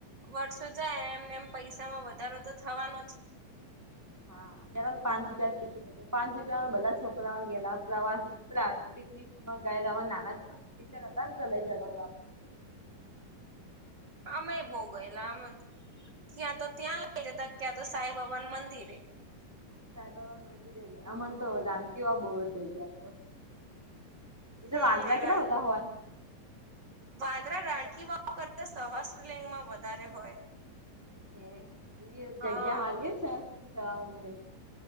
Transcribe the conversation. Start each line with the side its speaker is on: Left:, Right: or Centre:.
Right: વર્ષો જાય એમ-એમ પૈસામાં વધારો તો થવાનો જ
Centre: હા <unintelligible> પાંચ રૂપિયામાં બધા છોકરાઓ ગેલા પ્રવાસ પિકનિકમાં ગયેલા નાના છો. દંત લેય હતા ને ચલે જન
Right: અમે બોવ ગયેલા. આમ ક્યાં તો ત્યાં લઇ જતા. ક્યાં તો સાઈ બાબા ના મંદિરે
Centre: સાંઈબાબા મંદિરે એ અમને તો, રાનકીવાવ બહુ જ લઇ ગયા તા
Right: હમ
Centre: વાંદરા
Right: રા
Centre: કેટલા બધાં હોય.
Right: વાંદરા રાણકીવાવ કરતા સહસ્લિંગમાં વધારે હોય.
Centre: એ
Right: હા
Centre: જગ્યા હારીયે કરવા મળે,